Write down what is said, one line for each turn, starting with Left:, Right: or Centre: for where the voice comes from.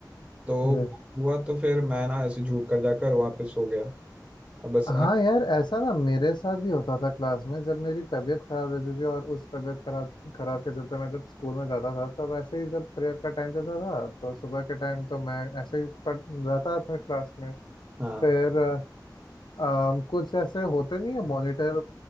Right: तो
Left: जी
Right: हुआ तो फिर मैं ना ऐसे झूठ कर जाकर वहां पे सो गया और बस आ,
Left: हाँ यार ऐसा ना मेरे साथ भी होता था क्लास में जब मेरी तबीयत खराब रहती थी और उस तबीयत खराब खराब के चलते मैं जब स्कूल में जाता था तब ऐसे ही जब प्रेयर का टाइम चलता था तो सुबह के टाइम तो मैं ऐसे ही पढ़ रहता था क्लास में
Right: हाँ
Left: फिर अ, अम, कुछ ऐसे होते नहीं है मॉनिटर